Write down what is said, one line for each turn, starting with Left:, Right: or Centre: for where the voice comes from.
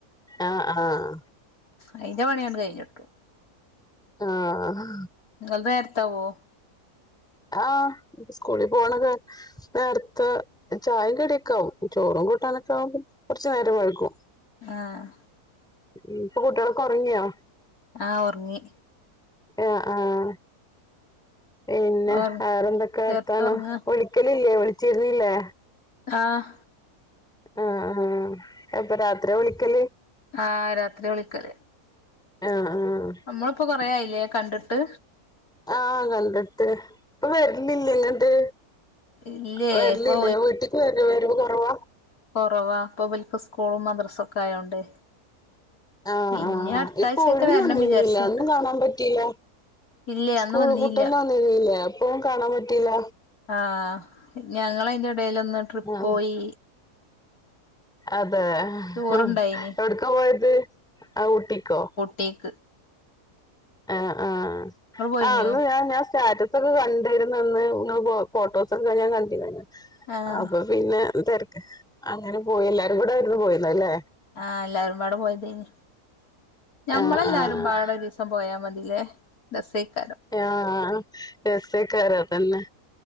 Centre: ആഹ് ആഹ്
Left: അയിന്റെ പണിയങ്ങട്ട് കഴിഞ്ഞിട്ടു
Centre: ആഹ്
Left: നിങ്ങൾതെ നേരത്തെ ആവോ
Centre: ആഹ് സ്കൂളി പോകണനേ നേരത്തെ ചായെം കടിയൊക്കാവും ചോറും കൂട്ടാനൊക്കെ ആകും കുറച്ചു നേരം വൈകും
Left: ആഹ്
Centre: ഉം ഇപ്പൊ കൂട്ടികളൊക്ക ഒറങ്ങിയോ
Left: ആഹ് ഒർങ്ങി
Centre: ആഹ് ആഹ് പിന്നെ
Left: ഒർ
Centre: വേറെന്തെക്കെ വർത്താനം
Left: ചെർതൊർങ്ങാ
Centre: വിളി ക്കലില്ലേ വിളിച്ചിരുന്നില്ലേ
Left: ആഹ്
Centre: ആഹ് ആഹ് അപ്പൊ രാത്രിയ വിളിക്കല്
Left: ആഹ് രാത്രി വിളിക്കല്
Centre: ആഹ് ആഹ്
Left: നമ്മളിപ്പൊ കൊറയായില്ലേ കണ്ടിട്ട്
Centre: ആഹ് കണ്ടിട്ട് ഇപ്പൊ വരിലില്ല ഇങ്ങട്ട്
Left: ഇല്ലേ
Centre: വരലില്ലേ
Left: ഇപ്പൊ
Centre: വീട്ടിക്ക് വര വരവ് കുറവാ
Left: കുറവാ ഇപ്പഇവർക്ക് സ്കൂളും മദ്രസ ഒക്കെ ആയോണ്ട്
Centre: ആഹ്
Left: ഇനി
Centre: ആഹ്
Left: അടുത്താഴ്ചറ്റെ
Centre: ആഹ് ഇപ്പൊ ഒഴിവിന്
Left: വരണം
Centre: വന്നിരുന്നില്ല
Left: വിചാരിച്ച്ണ്ട്
Centre: അന്നും കാണാൻ പറ്റില്ല
Left: ഇല്ലേ
Centre: സ്കൂൾ
Left: അന്ന് വന്നീല്ല
Centre: പൂട്ടലിന് വന്നിരുന്നില്ലേ അപ്പ കാണാൻ പറ്റില്ല
Left: ആഹ് ഞങ്ങള് അതിന്റെ ഇടേല് ഒന്ന് ട്രിപ്പോയി
Centre: ആഹ് അതെ
Left: ടൂറുണ്ടായിനി
Centre: എവിടക്കാ പോയത് ആ ഊട്ടിക്കോ
Left: തേക്ക്
Centre: ആഹ് ആഹ്
Left: ഇങ്ങള് പോയിനിയോ
Centre: ആഹ് അന്ന് ഞാൻ ഞാൻ സ്റ്റാറ്റസ് കണ്ടിരുന്നന്ന് നിങ്ങൾ ഫോഫോട്ടോസ് ഒക്കെ കഴിഞ്ഞ കണ്ടിരുന്നു
Left: ആഹ്
Centre: അപ്പോ പിന്നെ എന്തക്ക് അങ്ങനെ പോയി എല്ലാരും കൂടൊയിരുന്നു പോയിരുന്ന അല്ലെ
Left: ആഹ് എല്ലാരും പാട് പോയതേന് ഞമ്മളെല്ലാരുംപാടരു
Centre: ആഹ് ആഹ്
Left: സം പോയാമതിലെ രസൈക്കാരം
Centre: ആഹ് രസൈക്കാരം അതന്നെ